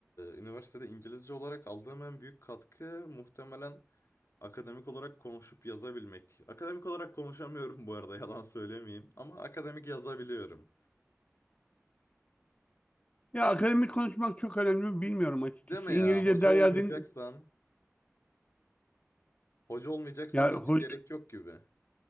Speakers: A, on the left; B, on the left.
A: üniversitede İngilizce olarak aldığım en büyük katkı muhtemelen akademik olarak konuşup yazabilmek. Akademik olarak konuşamıyorum <laughs> bu arada yalan söylemeyeyim. Ama akademik yazabiliyorum.
B: Ya akademik konuşmak çok önemli mi bilmiyorum açıkçası.
A: Deme ya
B: İngilizce
A: hoca
B: Derya
A: olmayacaksan.
B: Deniz...
A: Hoca olmayacaksan
B: Ya
A: sanki
B: ho-
A: gerek yok gibi.